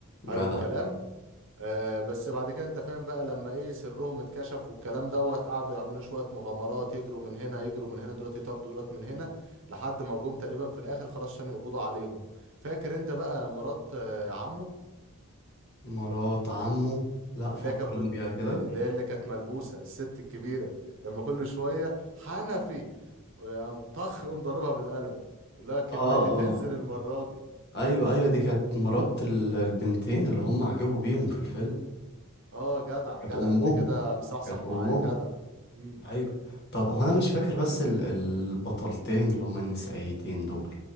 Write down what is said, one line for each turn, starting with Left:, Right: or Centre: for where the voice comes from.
Right: قالوا
Left: جدع
Right: الكلام آه، بس بعد كده انت فاهم بقى لما ايه سرهم اتكشف والكلام دوت قعدوا يعملوا شوية مغامرات يجروا من هنا يجروا من هنا دولت يطاردوا دولت من هنا لحد ما جم تقريبا في الآخر خلاص عشان يقبضوا عليهم فاكر انت بقى مرات آه، عمه
Left: مرات عمه لا
Right: اللي
Left: فكرني
Right: هي كانت بت-
Left: بيها كده
Right: اللي هي اللي كانت ملبوسه الست الكبيره لما كل شويه حنفي ويقوم طخ قوم ضاربها بالقلم لا كلمتي
Left: اه
Right: تنزل
Left: اه
Right: المره دي
Left: ايوه ايوه دي كانت مرات ال- البنتين اللي هم عجبوا بيهم في الفيلم
Right: اه جدع جدع
Left: كانت امهم
Right: انت كده مصحصح
Left: كانت امهم
Right: معايا جدع امم
Left: ايوه طب هو انا مش فاكر بس ال- البطلتين اللي هم النسائيتين دول